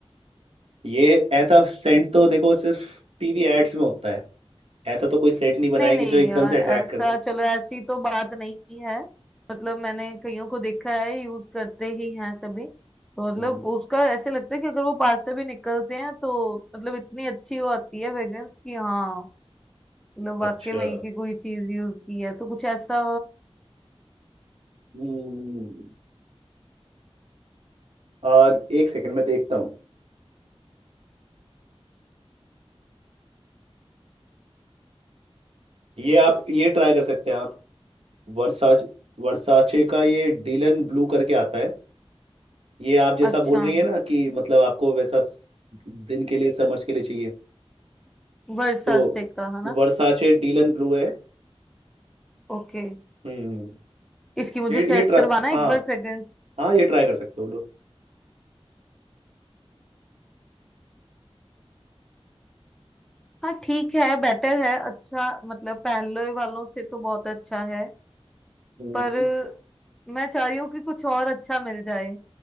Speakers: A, on the right (about 70°); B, in the centre.
A: ये ऐसा सेंट तो देखो सिर्फ टीवी एड्स में होता है ऐसा तो कोई सेंट नहीं बनाएगी
B: नहीं नहीं
A: जो एकदम
B: यार
A: से अट्रैक्ट
B: ऐसा
A: कर दे
B: चलो ऐसी तो बात नहीं है मतलब मैंने कईयों को देखा है यूज करते ही हैं सभी तो मतलब
A: हम्म,
B: उसका ऐसे लगता है कि अगर वो पास से भी निकलते हैं तो मतलब इतनी अच्छी वो आती है फ्रेग्रेंस कि हाँ मतलब वाकई
A: अच्छा
B: में की कोई चीज यूज की है तो कुछ ऐसा
A: हम्म और एक सेकंड में देखता हूँ ये आप ये ट्राई कर सकते हैं आप वर्साच वर्साचे का ये डीलन ब्लू करके आता है ये आप जैसा
B: अच्छा
A: बोल रही है ना कि मतलब आपको वैसा स- दिन के लिए समर्स के लिए चाहिए
B: वर्षा
A: तो
B: से का है ना
A: वर्साचे डीलन ब्लू है
B: ओके
A: हम्म
B: इसकी मुझे
A: ये
B: चेक
A: ये ट्राई
B: करवाना है
A: हाँ
B: एक बार फ्रेग्रेंस
A: हाँ ये ट्राई कर सकते हो लोग
B: हाँ ठीक है बेटर है अच्छा मतलब पहले वालों से तो बहुत अच्छा है
A: हम्म,
B: पर मैं चाह रही हूँ कि कुछ और अच्छा मिल जाए